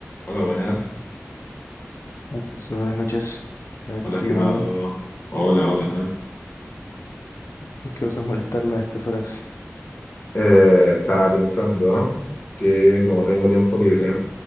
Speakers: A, on the left; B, on the left.
A: Hola, buenas.
B: Alonso, buenas noches. Para
A: Hola,
B: que estoy
A: estimado.
B: llamado.
A: Hola, hola.
B: ¿Por qué osas molestarme a estas horas?
A: Eh, estaba pensando que como tengo tiempo libre